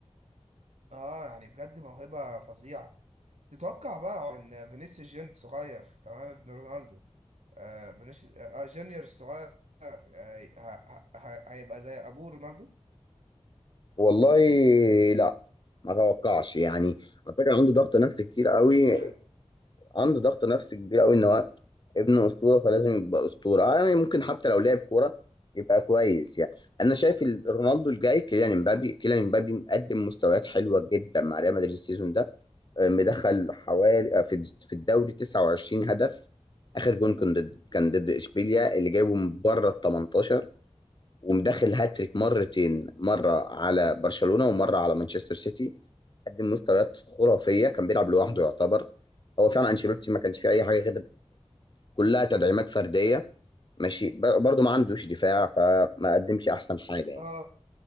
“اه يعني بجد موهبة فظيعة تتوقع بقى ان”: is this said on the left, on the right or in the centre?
Right